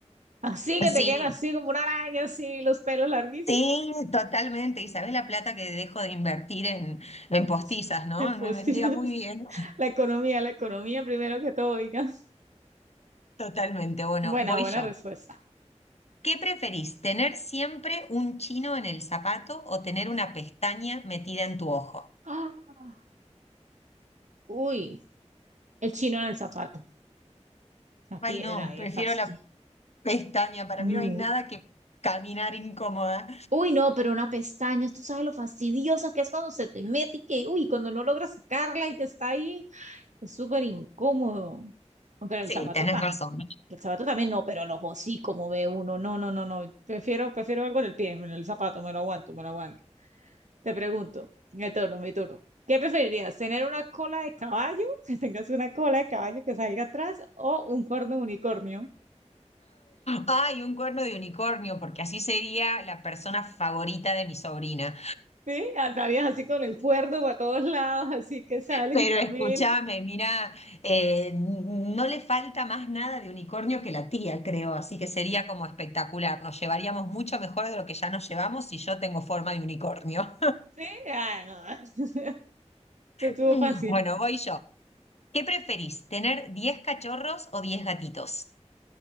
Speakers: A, on the right; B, on the left.
A: Así que te
B: Sí,
A: quedan así como una araña, así los pelos larguísimos.
B: sí, totalmente. Y sabés la plata que dejo de invertir en, en
A: <laughs>
B: postizas, ¿no?
A: Postizos.
B: Me vendría muy bien.
A: La economía, la economía primero que todo, digan.
B: Totalmente. Bueno,
A: Buena,
B: voy
A: buena
B: yo.
A: respuesta.
B: ¿Qué preferís, tener siempre un chino en el zapato o tener una pestaña metida en tu ojo?
A: Ah, Uy, el chino en el zapato. La
B: Ay,
A: piedra
B: no,
A: ahí,
B: prefiero
A: el fastidio.
B: la Pestaña, para
A: No.
B: mí no hay nada que caminar incómoda.
A: Uy, no, pero una pestaña, tú sabes lo fastidiosa que es cuando se te mete y que, uy, cuando no logras sacarla y que está ahí, es súper incómodo. No, Pero
B: Sí,
A: el zapato
B: tenés
A: tan,
B: razón.
A: El zapato también no, pero los hocicos, como ve uno. No, no, no, no. Prefiero, prefiero algo en el pie, en el zapato, me lo aguanto, me lo aguanto. Te pregunto, mi turno, mi turno. ¿Qué preferirías? ¿Tener una cola de caballo? <laughs> Que tengas una cola de caballo que salga atrás o un cuerno de unicornio.
B: Ay, un cuerno de unicornio, porque así sería la persona favorita de mi sobrina.
A: ¿Sí? Andarías así con el cuerno para todos lados, así que sales
B: Pero
A: y caminas.
B: escúchame, mira, eh, no le falta más nada de unicornio que la tía, creo, así que sería como espectacular. Nos llevaríamos mucho mejor de lo que ya nos llevamos si yo tengo forma de unicornio.
A: Sí, ah, no. <laughs>
B: <laughs>
A: Te estuvo fácil.
B: Bueno, voy yo. ¿Qué preferís, tener 10 cachorros o 10 gatitos?